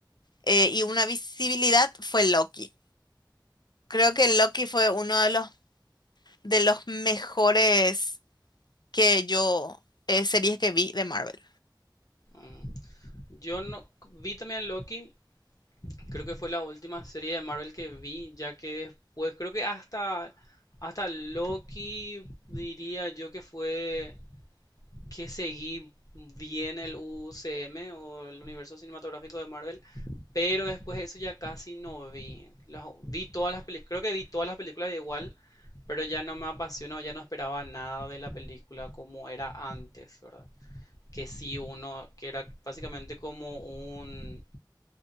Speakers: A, on the left (about 65°); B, on the left (about 50°).
A: eh, y una visibilidad fue Loki. Creo que Loki fue uno de los, de los mejores que yo, eh, series que vi de Marvel.
B: Mm. Yo no vi también Loki, Creo que fue la última serie de Marvel que vi, ya que después, creo que hasta, hasta Loki diría yo que fue que seguí bien el UCM o el universo cinematográfico de Marvel, pero después de eso ya casi no vi. Las- vi todas las películas, creo que vi todas las películas igual, pero ya no me apasionó, ya no esperaba nada de la película como era antes, ¿verdad? Que sí uno, que era básicamente como un